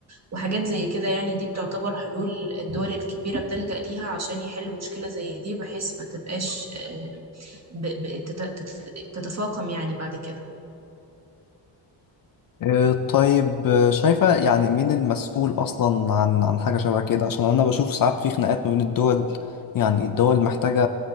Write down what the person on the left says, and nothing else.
آه، طيب آه، شايفة يعني مين المسؤول أصلا عن عن حاجة شبه كده عشان أنا بشوف ساعات في خناقات ما بين الدول يعني الدول محتاجة